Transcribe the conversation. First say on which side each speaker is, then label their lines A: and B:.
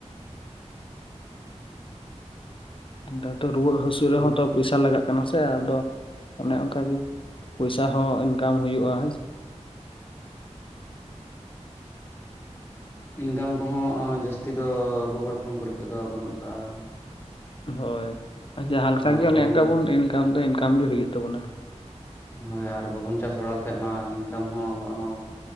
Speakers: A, on the left (about 20°); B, on the left (about 45°).
A: <inaudible>
B: ᱫᱟ ᱛᱚ ᱨᱩᱣᱟᱹᱜ ᱦᱟᱹᱥᱩ ᱨᱮᱦᱚᱸ
A: ᱦᱚᱸ
B: ᱛᱚ ᱯᱚᱭᱥᱟ ᱞᱟᱜᱟᱜ ᱠᱟᱱᱟ ᱥᱮ, ᱟᱫᱚ ᱚᱱᱮ ᱚᱝᱠᱟᱜᱮ ᱯᱚᱭᱥᱟ ᱦᱚᱸ ᱤᱱᱠᱟᱢ ᱦᱩᱭᱩᱜᱼᱟ ᱦᱮᱸ ᱥᱮ᱾
A: ᱤᱱᱠᱟᱢ ᱠᱚᱦᱚᱸ ᱚᱸ ᱡᱟᱹᱥᱛᱤ ᱫᱚ ᱟᱵᱚ ᱦᱚᱲ ᱦᱚᱯᱚᱱ ᱠᱚ ᱞᱟᱹᱜᱤᱫ ᱫᱚ ᱵᱟᱹᱱᱩᱜ ᱠᱟᱜᱼᱟ᱾
B: ᱦᱳᱭ ᱡᱟᱦᱟᱸ ᱞᱮᱠᱟᱜᱮ
A: ᱟᱨ
B: ᱚᱱᱮ
A: ᱵᱟᱵᱚᱱ
B: ᱚᱝᱠᱟ ᱵᱚᱱ ᱤᱱᱠᱟᱢ ᱫᱚ ᱤᱱᱠᱟᱢ ᱜᱮ ᱦᱩᱭᱩᱜ ᱛᱟᱵᱚᱱᱟ᱾
A: ᱦᱳᱭ ᱟᱨ ᱵᱟᱵᱚᱱ ᱪᱟᱥ ᱵᱟᱲᱟ ᱞᱮᱠᱷᱟᱡ ᱢᱟ ᱤᱱᱠᱟᱢ ᱦᱚᱸ ᱟᱵᱚᱣᱟᱜ ᱦᱚᱸ